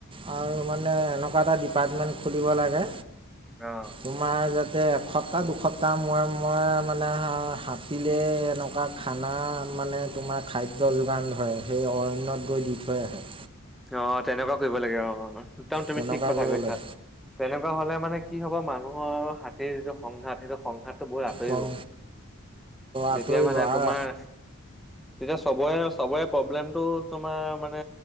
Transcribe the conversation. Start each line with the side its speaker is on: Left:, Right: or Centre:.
Right: আৰু মানে এনেকুৱা এটা ডিপাৰ্টমেণ্ট খুলিব লাগে।
Centre: অ
Right: তোমাৰ যাতে এ এসপ্তাহ দুসপ্তাহ মূৰে মূৰে মানে হাতিলে এনেকুৱা খানা মানে তোমাৰ খাদ্য যোগান ধৰে। সেই অৰণ্যত গৈ দি থৈ আহে।
Centre: অ', তেনেকুৱা কৰিব লাগে অ' একদম তুমি
Right: তেনেকুৱা
Centre: ঠিক কথা
Right: কৰি
Centre: কৈছা
Right: ওলাই
Centre: তেনেকুৱা হ'লে। মানে কি হ'ব মানুহৰ হাতীৰ যিটো সংঘাত সেইটো সংঘাত বহুত আঁতৰিব।
Right: কম আঁতৰিব
Centre: তেতিয়া মানে
Right: আৰু
Centre: তোমাৰ তেতিয়া চবৰে চবৰে প্ৰব্লেমটো তোমাৰ মানে